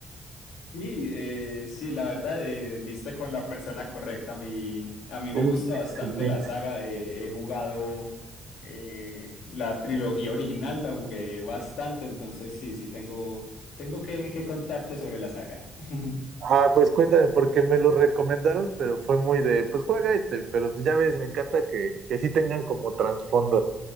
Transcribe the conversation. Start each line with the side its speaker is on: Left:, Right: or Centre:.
Left: Sí, eh, sí, la verdad, eh, diste con la persona correcta. A mí, a mí
Right: Uy,
Left: me gusta
Right: qué excelente.
Left: bastante la saga. eh, he jugado eh, la trilogía original, la jugué bastante, entonces sí, sí, tengo, tengo que, que contarte sobre la saga. <laughs>
Right: Ah, pues cuéntame, porque me lo recomendaron, pero fue muy de, pues juega este, pero pues ya ves, me encanta que, que sí tengan como trasfondo.